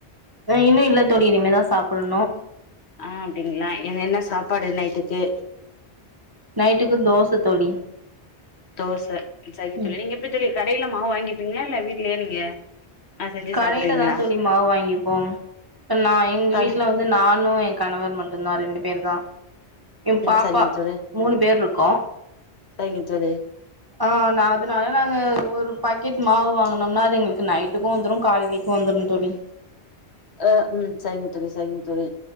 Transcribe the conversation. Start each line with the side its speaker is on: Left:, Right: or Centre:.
Right: இன்னு இல்ல தோழி இனிமேதா சாப்பிடணு
Left: அ அப்டிங்களா எ என்ன சாப்பாடு நைட்டுக்கு
Right: நைட்டுக்கு தோச தோழி
Left: தோச செரிங்க
Right: ம்
Left: தோழி நீங்க எப்டி தோழி கட் கடையில மாவு வாங்கிப்பீங்களா இல்ல வீட்லயே நீங்க ஆ செஞ்சு
Right: கடையில
Left: சாப்டுவீங்களா
Right: தா தோழி மாவு வாங்கிப்போ இப்ப நா எங்க
Left: கட
Right: வீட்ல வந்து நானு என் கணவர் மட்டு தா ரெண்டு பேர்தா என் பாப்பா
Left: சரிங்க தோழி
Right: மூணு பேர் இருக்கோ
Left: சரிங்க தோழி
Right: அ அதுனால நாங்க ஒரு பாக்கெட் மாவு வாங்கனும்னா அது எங்களுக்கு நைட்டுக்கும் வந்துரும் காலையிலக்கும் வந்துரும் தோழி
Left: ஹ ம் செரிங்க தோழி செரிங்க தோழி